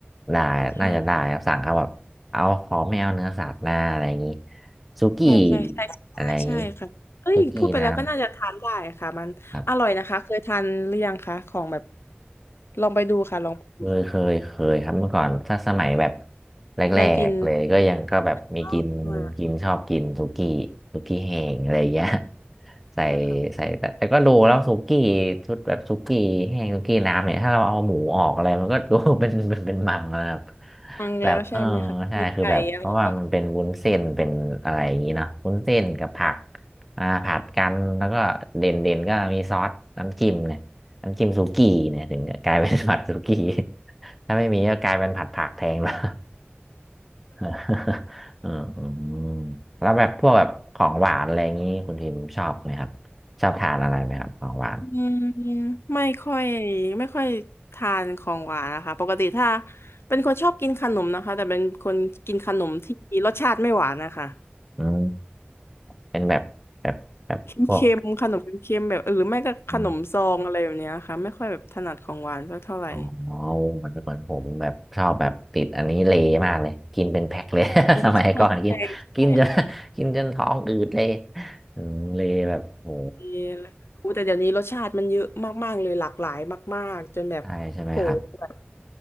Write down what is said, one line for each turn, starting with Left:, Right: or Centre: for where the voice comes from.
Centre: ได้น่าจะได้ครับสั่งเขาแบบเอาขอไม่เอาเนื้อสัตว์หน้าอะไรอย่างนี้
Left: ใช่
Centre: สุกี้
Left: ใช่ใช่ใช่ใช่ใช่ค่ะเอ้ยพูดไปแล้วก็น่าจะทานได้ค่ะมันอร่อยนะคะเคยทานหรือยังคะของแบบ
Centre: อะไรอย่างนี้สุกี้น้ำครับ
Left: ลองไปดูค่ะลองไปดู
Centre: เออเคยเคยเคยครับเมื่อก่อนถ้าสมัยแบบแรกๆเลยก็ยังก็แบบมีกิน
Left: ยังกินอ๋อมาก
Centre: กินชอบกินสุกี้สุกี้แห้งอะไรอย่างเงี้ยใส่
Left: มากค่ะ
Centre: ใส่แต่แต่ก็ดูแล้วสุกี้ชุดแบบสุกี้แห้งสุกี้น้ำเนี่ยถ้าเราเอาหมูออกอะไรมันก็ดู <laughs> เป็นเป็นเป็นมังนะครับ
Left: ฟังแล้วใช่ไหมคะมีไก่อะไรก็
Centre: แบบเออใช่คือแบบเพราะว่ามันเป็นวุ้นเส้นเป็นอะไรอย่างงี้เนาะวุ้นเส้นกับผัก
Left: ค่ะ
Centre: อ่าผัดกันแล้วก็เด่นเด่นก็มีซอสน้ำจิ้มเนี่ย น้ำจิ้มสุกี้เนี่ยถึงจะกลายเป็นผัดสุกี้ <laughs> ถ้าไม่มีก็กลายเป็นผัดผักแทนแล้ว <laughs> อืมแล้วแบบพวกแบบของหวานอะไรอย่างนี้คุณทิมชอบไหมครับชอบทานอะไรไหมครับของหวาน
Left: อืมไม่ค่อยไม่ค่อยทานของหวานนะคะปกติถ้าเป็นคนชอบกินขนมนะคะแต่เป็นคนกินขนมที่รสชาติไม่หวานนะคะ
Centre: อืมเป็นแบบแบบแบบพวก
Left: เค็มๆขนมเค็มๆแบบเออหรือไม่ก็ขนมซองอะไรแบบเนี้ยค่ะไม่ค่อยแบบถนัดของหวานสักเท่าไหร่
Centre: อมอ๋อมันเนเหมือนผมแบบชอบแบบติดอันนี้เลมากเลยกินเป็นแพ็คเลย <laughs>
Left: อืมใช่ใช่ใช่
Centre: สมัยก่อนกินกินจน <laughs> กินจนท้องอืดเลยอืมเลแบบโห
Left: มีอะไรอู้แต่เดี๋ยวนี้รสชาติมันเยอะมากๆเลยหลากหลายมากๆจนแบบโหแบบ
Centre: ใช่ใช่ไหมครับ